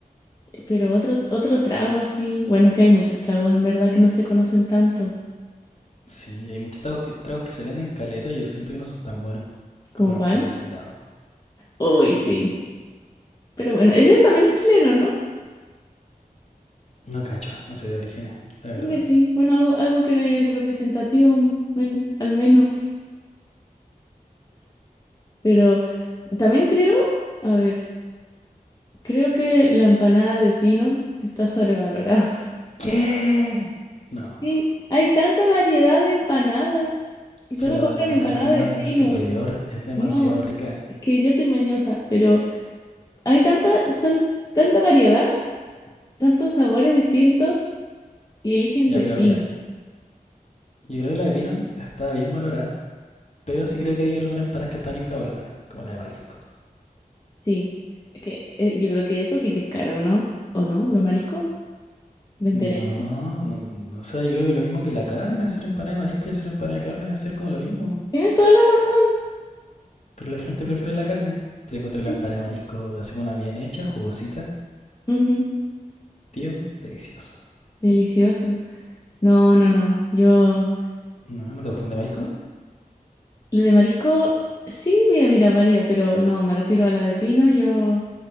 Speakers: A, on the left; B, on the left.
A: Pero otro, otro trago así, bueno, es que hay muchos tragos en verdad que no se conocen tanto.
B: Sí, y hay muchos tragos que, tragos que se venden caleta y yo siento que no son tan buenos.
A: ¿Como
B: Como el
A: cuál?
B: clavo oxidado.
A: Uy, sí. Pero bueno, ese también es chileno, ¿no?
B: No cacho, no sé de orígenes, la verdad.
A: Creo que sí. Bueno, algo, algo que es representativo, men- al menos. Pero también creo, a ver, creo que la empanada de pino está sobrevalorada. <laughs>
B: ¿Qué? No,
A: Sí, hay tanta variedad de empanadas y
B: pero
A: solo
B: la
A: compran
B: empanada
A: empanada
B: de pino
A: de pino.
B: es superior, es demasiado
A: No,
B: rica.
A: es que yo soy mañosa, pero hay tanta, sol- tanta variedad, tantos sabores distintos y eligen
B: Ya,
A: de
B: pero
A: pino.
B: mira, yo creo que la de pino está bien valorada, pero sí creo que hay algunas empanadas que están infravaloradas, como la de marisco.
A: Sí, es que eh, yo creo que eso sí que es caro, ¿no? ¿O no? ¿Los mariscos? ¿Vender
B: No,
A: eso?
B: no, no, o sea, yo creo que lo mismo que la carne, hacer empanada de marisco y hacer empanada de carne debe ser como lo mismo.
A: Tienes toda la razón.
B: Pero la gente prefiere la carne. Pero encontré la
A: Sí.
B: empanada de marisco así como una bien hecha, jugosita.
A: Ujú.
B: Tío, delicioso.
A: Delicioso. No, no, no. Yo,
B: No, ¿no te gustan de marisco?
A: la de marisco, sí, mira, mira, varía, pero no, me refiero a la de pino, yo,